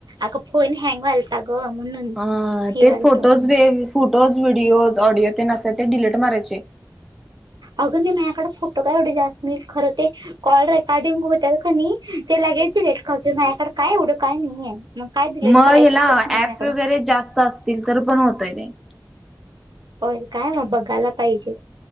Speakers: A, on the right; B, in the centre.
A: अगं फोन हँग व्हालता. अग म्हणून
B: अ
A: हे
B: तेच
A: व्हालत
B: फोटोज
A: अगं
B: व फोटोज व्हिडिओज, ऑडिओ ते नसत ते डिलीट मारायचे.
A: अगं नाही माझ्याकडं फोटो काय एवढे जास्त नाही खरं ते कॉल रेकॉर्डिंग होत का नाही ते लगेच डीलेट करते. माझ्याकडं काय एवढं काय नाहीये. मग काय डिलीट
B: मग
A: करायसारखंच
B: ह्याला
A: नाहीये
B: ऍप
A: माझ्याकडं
B: वगैरे जास्त असतील तर पण होतय ते
A: होय काय मग बघायला पाहिजे